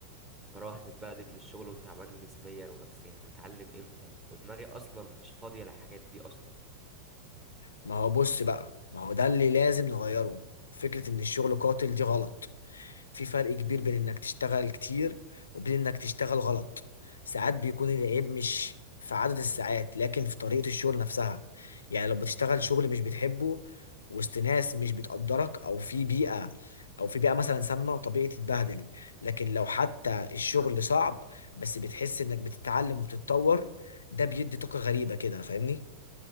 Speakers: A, on the right (about 20°); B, on the left (about 70°).
A: بروح متبهدل من الشغل وتعبان جسميا ونفسيا هتعلم امتى ودماغي اصلا مش فاضيه للحاجات دي اصلا
B: ما هو بص بقى ما هو ده اللي لازم نغيره فكرة ان الشغل قاتل دي غلط في فرق كبير بين انك تشتغل كتير وبين انك تشتغل غلط ساعات بيكون العيب مش في عدد الساعات لكن في طريقة الشغل نفسها يعني لو بتشتغل شغل مش بتحبه وسط ناس مش بتقدرك او في بيئة او في بيئة مثلا سامة طبيعي تتبهدل لكن لو حتى الشغل صعب بس بتحس انك بتتعلم وبتتطور ده بيدي طاقة غريبة كده فاهمني